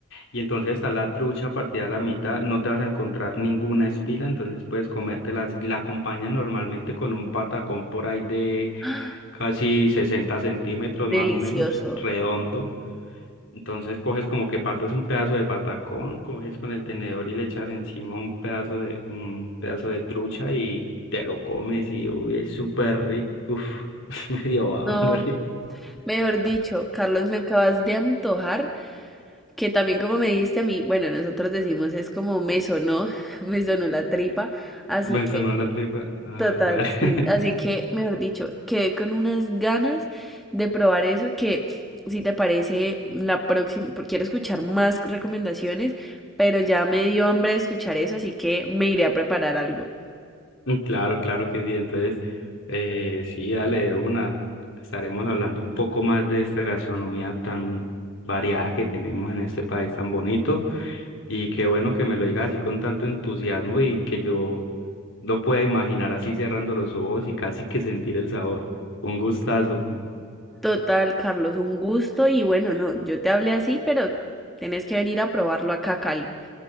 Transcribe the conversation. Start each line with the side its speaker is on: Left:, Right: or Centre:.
Left: y entonces está la trucha partida a la mitad, no te vas a encontrar ninguna espina, entonces puedes comértela. así. La acompañan normalmente con un patacón por ahí de
Centre: <gasps>
Left: casi 60 centímetros más
Centre: Delicioso.
Left: o menos, redondo. Entonces coges como que partes un pedazo de patacón, coges con el tenedor y le echas encima un pedazo de, un pedazo de trucha y te lo comes y uy, es súper rico. Uf, <laughs> me dio hambre.
Centre: No, mejor dicho, Carlos, me acabas de antojar Que también como me dijiste a mí, bueno, nosotros decimos es como me sonó, <laughs> me sonó la tripa, así
Left: Me
Centre: que
Left: sonó la tripa. Ah,
Centre: total,
Left: vale.
Centre: sí,
Left: <laughs>
Centre: así que mejor dicho, quedé con unas ganas de probar eso que si te parece la próxima, porque quiero escuchar más recomendaciones, pero ya me dio hambre de escuchar eso, así que me iré a preparar algo.
Left: Claro, claro que sí. Entonces, eh, sí, dale de una. Estaremos hablando un poco más de esta gastronomía tan variada que tenemos en este país tan bonito. Y qué bueno que me lo digas así con tanto entusiasmo y que yo lo pueda imaginar así cerrando los ojos y casi que sentir el sabor. Un gustazo.
Centre: Total, Carlos, un gusto y bueno, no, yo te hablé así, pero tenés que venir a probarlo acá a Cali.